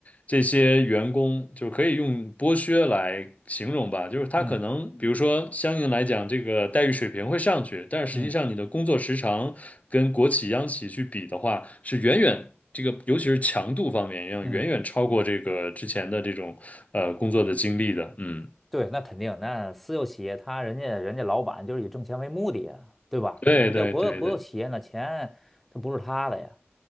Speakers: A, on the left; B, in the centre.
A: 这些员工，就可以用剥削来形容吧。就是它可能，
B: 嗯
A: 比如说相应来讲，这个待遇水平会上去，但是实际上你的工作时长跟国企、
B: 嗯
A: 央企去比的话，是远远这个，尤其是强度方面，要远远超过这个之前的这种呃工作的经历的。
B: 嗯，
A: 嗯，
B: 对，那肯定，那私有企业他人家人家老板就是以挣钱为目的呀，对吧？
A: 对对对对
B: 你这国有国有企业那钱它不是他的呀，